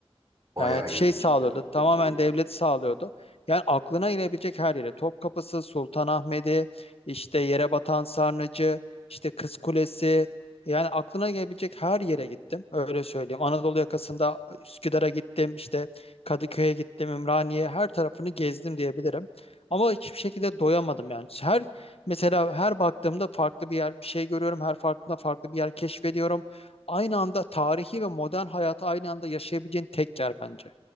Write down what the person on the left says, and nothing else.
e, şey
sağlıyordu.
Tamamen
devlet sağlıyordu. Yani aklına inebilecek her yere. Topkapısı, Sultanahmet'i, işte yere batan Sarnıcı, işte Kız Kulesi. Yani aklına gelebilecek her yere gittim. Öyle söyleyeyim. Anadolu yakasında e, Üsküdar'a gittim, işte Kadıköy'e gittim, Ümraniye, her tarafını gezdim diyebilirim. Ama hiçbir şekilde doyamadım yani. Her mesela her baktığımda farklı bir yer, bir şey görüyorum. Her farkında farklı bir yer keşfediyorum aynı anda tarihi ve modern hayatı aynı anda yaşayabileceğin tek yer bence.